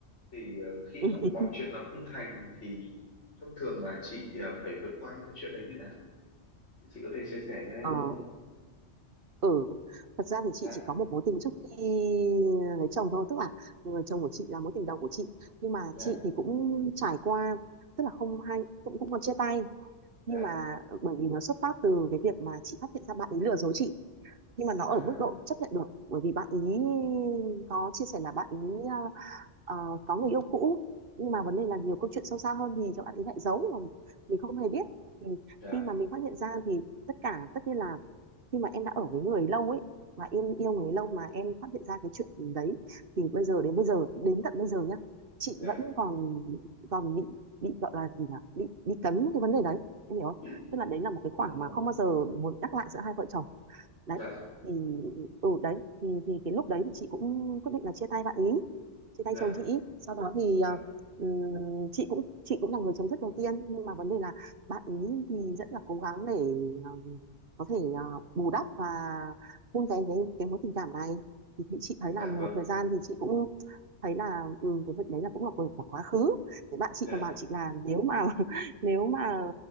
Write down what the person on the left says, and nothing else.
thì ờ, khi
mà mọi chuyện nó không thành thì thông thường là chị ờ, phải vượt qua những cái chuyện đấy như nào thì chị có thể chia sẻ cho em
được không
dạ
dạ
dạ
à,
dạ
dạ
bị
à,
dạ
dạ
dạ
dạ
vâng
dạ